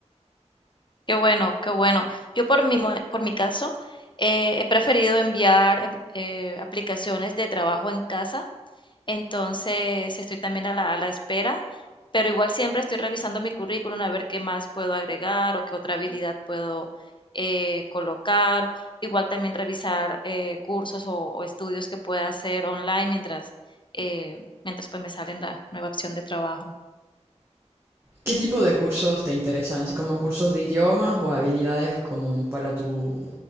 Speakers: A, on the left; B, on the right.
A: Qué bueno, qué bueno. Yo por mi, mo- por mi caso, eh, he preferido enviar em, eh, aplicaciones de trabajo en casa, entonces estoy también a la, a la espera, pero igual siempre estoy revisando mi currículum a ver qué más puedo agregar o qué otra habilidad puedo eh, colocar. Igual también revisar eh, cursos o, o estudios que pueda hacer online mientras, eh, mientras pues me sale la nueva opción de trabajo.
B: ¿Qué tipo de cursos te interesan? Así como cursos de idiomas o habilidades como para tu,